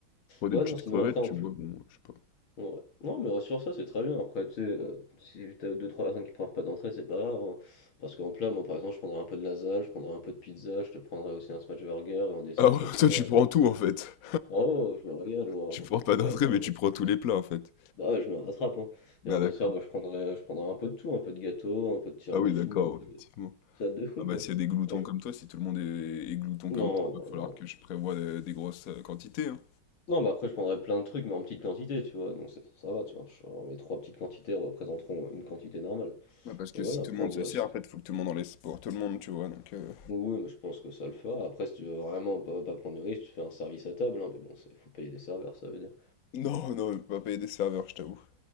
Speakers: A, on the left; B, on the left.
A: Pour des
B: Ouais,
A: petites
B: non, sinon,
A: crevettes,
B: après,
A: tu
B: en plus.
A: bois, bon, je sais pas.
B: ouais. Non, mais sur ça, c'est très bien. Après, tu sais, euh, si t'as deux trois personnes qui prennent pas d'entrée, c'est pas grave. hein. Parce qu'en plat, moi, par exemple, je prendrais un peu de lasagne, je prendrais un peu de pizza, je te prendrais aussi un smash burger, et en dessert,
A: Ah ouais,
B: je te
A: <laughs>
B: prendrais.
A: toi, tu prends tout, en fait.
B: Oh, je me régale, moi.
A: Tu
B: hein.
A: prends pas d'entrée,
B: Et après.
A: mais tu prends tous les plats, en fait.
B: Ah ouais, je me rattrape, hein. Et
A: Ah,
B: en dessert,
A: d'accord.
B: bah, je prendrais, je prendrais un peu de tout, un peu de gâteau, un peu de tiramisu,
A: Ah oui, d'accord,
B: un peu
A: effectivement.
B: de salade de fruits,
A: Ah bah,
B: quoi.
A: s'il y a des gloutons
B: Moi, je-
A: comme toi, si tout le monde est, est glouton
B: Non,
A: comme toi, va
B: bah,
A: falloir
B: non.
A: que je prévoie des, des grosses euh, quantités, hein.
B: Non, mais après, je prendrais plein de trucs, mais en petite quantité, tu vois. Donc, c'est- ça va, tu vois. Genre, mes trois petites quantités représenteront une quantité normale.
A: Ouais, parce que
B: Et voilà,
A: si tout
B: après,
A: le monde
B: en boisson.
A: se sert, en fait, faut que tout le monde en laisse pour tout le monde, tu vois, donc... euh,
B: Oui, mais je pense que ça le fera. Après, si tu veux vraiment pas, pas prendre de risque, tu fais un service à table, hein. Mais bon, c'est, faut payer des serveurs, ça veut dire.
A: Non, non, je peux pas payer des serveurs, je t'avoue.